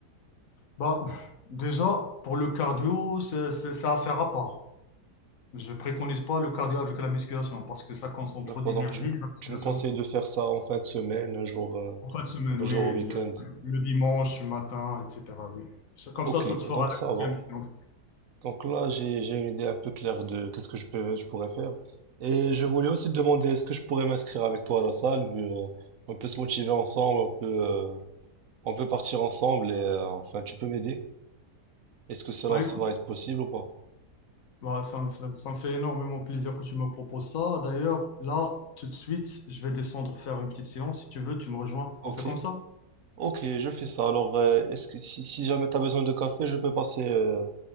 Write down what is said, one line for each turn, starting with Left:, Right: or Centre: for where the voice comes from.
Left: Bah, déjà, pour le cardio, c'est c'est- c'est affaire à part. Je préconise pas le cardio avec la musculation parce que ça consomme
Right: D'accord,
Left: trop d'énergie,
Right: donc tu me,
Left: et la musculation
Right: tu me conseilles
Left: aussi.
Right: de faire ça en fin de semaine, un jour, euh,
Left: En fin de semaine,
Right: un
Left: oui,
Right: jour au week-end.
Left: le, le dimanche matin, etc. Oui. Ça- Comme
Right: Ok,
Left: ça, ça te
Right: donc
Left: fera la
Right: ça
Left: quatrième
Right: va.
Left: séance.
Right: Donc là j'ai j'ai une idée un peu claire de qu'est-ce que je peux je pourrais faire. Et je voulais aussi te demander est-ce que je pourrais m'inscrire avec toi à la salle vu euh, on peut se motiver ensemble, on peut euh, On peut partir ensemble et euh, enfin tu peux m'aider. Est-ce que cela
Left: Bah écoute,
Right: va être possible ou pas?
Left: bah, ça me fait, ça me fait énormément plaisir que tu me proposes ça. D'ailleurs, là, tout de suite, je vais descendre faire une petite séance. Si tu veux, tu me rejoins. On
Right: Ok,
Left: fait comme ça.
Right: ok, je fais ça. Alors euh, est-ce que si, si jamais tu as besoin de café, je peux passer euh,